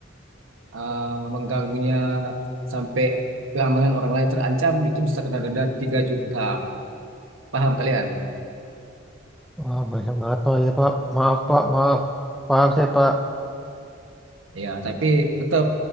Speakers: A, on the right (about 85°); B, in the centre.
A: eh, mengganggunya sampai keamanan orang lain terancam itu bisa kena denda 3 juta. Paham kalian?
B: Wah, banyak banget Pak ya Pak. Maaf Pak, maaf. Paham saya Pak.
A: Ya, tapi tetap